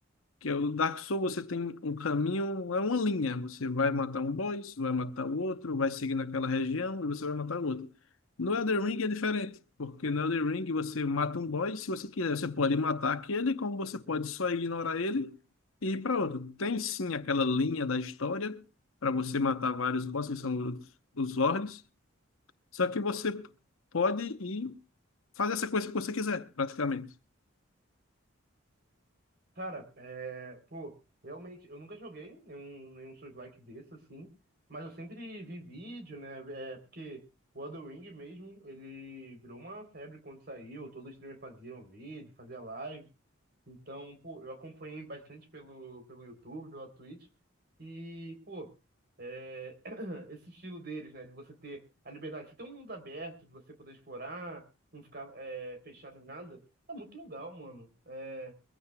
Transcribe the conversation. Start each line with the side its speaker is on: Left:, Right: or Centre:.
Left: Que é o Dark Souls, você tem um caminho, é uma linha. Você vai matar um boss, vai matar o outro, vai seguir naquela região e você vai matar o outro. No Elden Ring é diferente, porque no Elden Ring você mata um boss, se você quiser, você pode matar aquele, como você pode só ignorar ele e ir para outro. Tem sim aquela linha da história para você matar vários bosses, que são os os lords, só que você pode ir fazer essa coisa que você quiser, praticamente.
Right: Cara, é, pô, realmente, eu nunca joguei nenhum, nenhum Souls-like desse, assim, mas eu sempre vi vídeo, né, é, porque o Elden Ring mesmo, ele virou uma febre quando saiu, todo streamer fazia um vídeo, fazia live, Então, pô, eu acompanhei bastante pelo, pelo YouTube, pela Twitch. E, pô, é, <clears throat> esse estilo deles, né? De você ter a liberdade, você ter um mundo aberto, de você poder explorar, não ficar é, fechado em nada, é muito legal, mano. É,